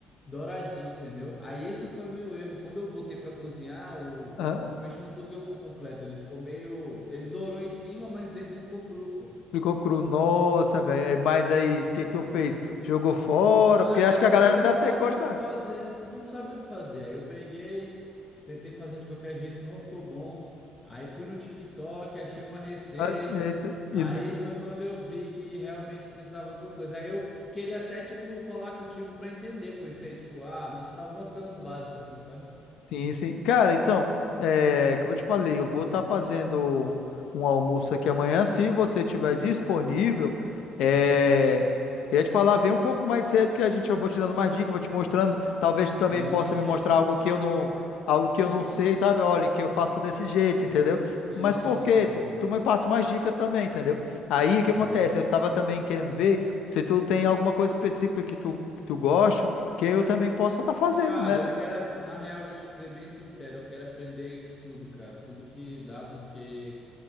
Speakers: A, on the left (about 20°); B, on the left (about 75°).
A: douradinha, entendeu? Aí esse foi meu erro. Quando eu botei para cozinhar, o,
B: Ah,
A: o, o peixe não cozinhou por completo, ele ficou meio. Ele dourou em cima, mas dentro ele ficou cru, pô.
B: Ficou cru, nossa, velho. É, Mas aí, o que que tu fez? Jogou fora?
A: Não, aí
B: Porque acho que a galera
A: eu
B: não deve
A: não sabia
B: ter gostado.
A: o que fazer, eu não sabia o que fazer. Aí eu peguei, tentei fazer de qualquer jeito, não ficou bom. Aí fui no TikTok, achei uma receita.
B: Ah, Eita.
A: Aí
B: E
A: foi quando eu vi que realmente precisava do coisa. Aí eu queria até, tipo, colar contigo pra entender, por isso aí, tipo, ah, me ensinar algumas coisas básicas, assim, sabe?
B: Sim, sim. Cara, então, é, como eu te falei, eu vou estar fazendo um, um almoço aqui amanhã. Se você tiver disponível, é, eu ia te falar, vem um pouco mais cedo que a gente, eu vou te dando mais dicas, vou te mostrando. Talvez tu também
A: Sim,
B: possa me mostrar
A: a gente
B: algo
A: marca.
B: que eu não, algo que eu não sei, sabe? Olha, que eu faço desse jeito, entendeu?
A: Sim,
B: Mas por quê?
A: entendi.
B: Tu, tu me passa umas dicas também, entendeu? Aí o que
A: Aham.
B: acontece? Eu tava também querendo ver se tu tem alguma coisa específica que tu, que tu goste, que eu também possa estar fazendo,
A: Cara,
B: né?
A: eu quero, ap- na real, vou te ser bem sincero, eu quero aprender tudo, cara, tudo que dá, porque.